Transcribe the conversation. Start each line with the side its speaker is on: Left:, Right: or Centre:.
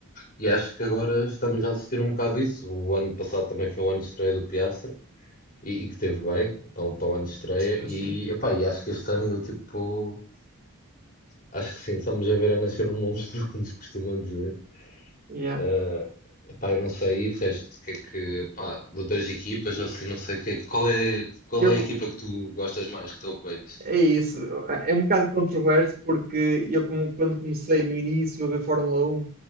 Left: E acho que agora estamos a assistir um bocado isso. O ano passado também foi o ano de estreia do Piastri e, e que teve bem para, o- para o ano de estreia.
Right: Sim,
Left: E,
Right: sim.
Left: epá, e acho que este ano, tipo, acho que sim, estamos a ver a nascer um monstro, <laughs> como se costuma dizer.
Right: Yeah.
Left: Uh, epá, eu não sei, e de resto, o que é que, pá, de outras equipas, ou assim, não sei, o que, é- qual é, qual
Right: Eu,
Left: é a equipa que tu gostas mais, que tu apoias?
Right: É isso, é um bocado controverso porque eu como- quando comecei no início a ver Fórmula 1,